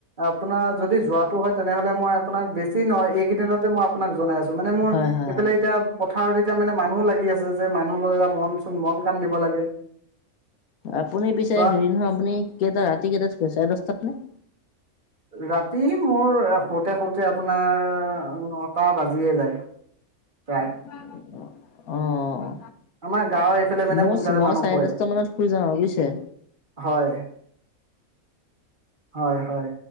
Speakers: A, on the right; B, on the left.
A: আপোনাৰ যদি যোৱাটো হয়, তেনেহলে মই আপোনাক বেছি নহয় এইকেইদিনতে মই আপোনাক জনাই আছো। টো' মানে মোৰ
B: হয়, হয়,
A: এইফালে
B: হয়।
A: এতিয়া পথাৰত এতিয়া মানে মানুহ লাগি আছে যে, মানুহ লয় মন চোন মন কাণ দিব লাগে।
B: আপুনি পিছে
A: যোৱাত
B: হেৰি নহয়, আপুনি কেইটা ৰাতি কেইটাত শুৱে চাৰে দহটাত নে?
A: ৰাতি মোৰ শুতে শুতে আপোনাৰ নটা বাজিয়ে যায়। প্ৰায়।
B: <unintelligible> অ' অ'।
A: আমাৰ গাঁৱৰ এইফালে মানে
B: মোৰ
A: সোনকালে
B: মই
A: মানুহ
B: চাৰে
A: শুৱে
B: দহটা মানত শুই যাওঁ আৰু বুজিছে।
A: হয় হয় হয়।